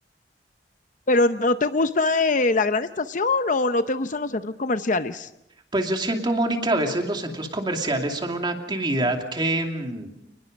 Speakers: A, on the left (about 45°); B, on the right (about 25°).
A: pero ¿no te gusta eh, la gran estación o no te gustan los centros comerciales?
B: Pues yo siento, Mónica, a veces los centros comerciales son una actividad que... mm,